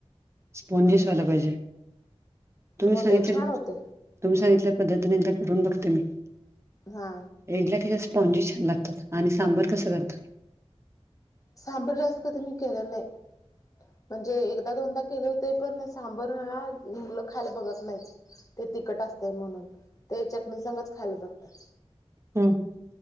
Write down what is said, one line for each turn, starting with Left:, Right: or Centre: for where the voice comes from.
Right: स्पोनजिस व्हायला पाहिजे तुम्ही
Left: होते
Right: सांगितल
Left: छान
Right: ना
Left: होते
Right: तुम्ही सांगितल्या पद्धतीने एकदा करून बघते मी.
Left: हा.
Right: इडल्या कशा स्पॉन्जी छान लागतात आणि सांबर कसं करतात?
Left: सांभर जास्त कधी मी केले नाही म्हणजे एकदा दोनदा केले होते पण सांबर ह मुलं खायला बघत नाहीत. ते तिखट असते म्हणून ते चटणी सगच खायला बागतात.
Right: हम.